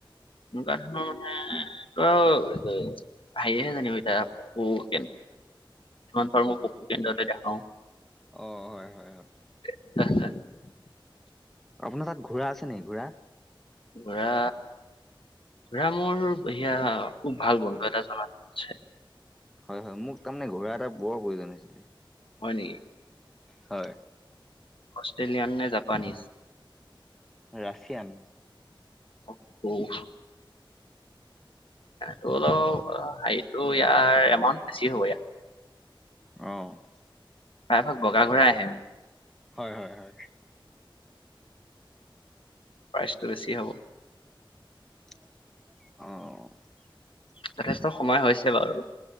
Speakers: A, on the left; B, in the centre.
A: এনেকুৱা ধৰণৰ মানে তো আৰু <unintelligible> <unintelligible> যিমান পাৰোঁ মই পশু কেন্দ্ৰতে দেখাওঁ।
B: অহ, হয় -হয় - হয়।
A: <unintelligible>
B: আপোনাৰ তাত ঘোঁৰা আছে নেকি ঘোঁৰা?
A: ঘোঁৰা ৰা মোৰ হিয়া খুব ভাল বন্ধু এটা জনাত আছে
B: হয় -হয় মোক তাৰমানে ঘোঁৰা এটা বৰ প্ৰয়োজন হৈছিলে।
A: হয় নেকি।
B: হয়।
A: অষ্ট্ৰেলিয়ান নে জাপানীজ?
B: ৰাছিয়ান।
A: অহ -ঔ। টো অলপ হাইটো ইয়াৰ এমাউন্ট বেছি হ'ব ইয়া
B: অহ',
A: প্ৰায় ভাগ বগা ঘূৰাই আহে ন '?
B: হয় -হয় -হয়
A: প্ৰাইচটো বেছি হব।
B: অহ ',
A: যথেষ্ট সময় হৈছে বাৰু